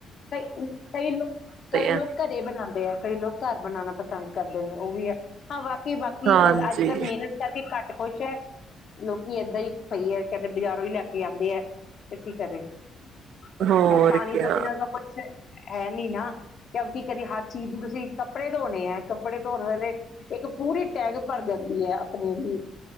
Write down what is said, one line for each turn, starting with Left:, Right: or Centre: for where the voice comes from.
Left: ਕਈ, ਕਈ ਲੋਕ, ਕਈ ਲੋਕ
Right: ਆ
Left: ਘਰੇ ਬਣਾਂਦੇ ਆ, ਕਈ ਲੋਕ ਘਰ ਬਣਾਣਾ ਪਸੰ ਪਸੰਦ ਕਰਦੇ ਨੇ ਉਹ ਵੀ ਹੈ <unintelligible> ਕਿ ਬਾਕੀ
Right: ਹਾਂਜੀ।
Left: ਗੱਲ ਅੱਜ ਕੱਲ, ਮਿਹਨਤ ਕਰਕੇ ਘੱਟ ਖੁਸ਼ ਹੈ। ਲੋਕੀ ਏਦਾਂ ਹੀ ਸਹੀ ਹੈ, ਕਹਿੰਦੇ ਬਾਜ਼ਾਰੋਂ ਹੀ ਲੈ ਕੇ ਆਉਂਦੇ ਹੈ, ਤੇ ਕੀ ਕਰੇ। ਪਰ,
Right: ਹੋਰ
Left: ਪਾਣੀ
Right: ਕਿਆ
Left: ਤੋਂ ਬਿਨਾਂ ਦਾ ਹੈ, ਨੀ, ਨਾ ਕਿ, ਕੀ ਕਰੀਏ ਹਰ ਚੀਜ਼ ਨੂੰ ਤੁਸੀਂ ਕੱਪੜੇ ਧੋਣੇ ਏ ਕੱਪੜੇ ਧੋਣ ਵੇਲੇ ਇੱਕ ਪੂਰੀ ਟੈਗ ਭਰ ਜਾਂਦੀ ਹੈ। ਆਪਣੀ ਹੀ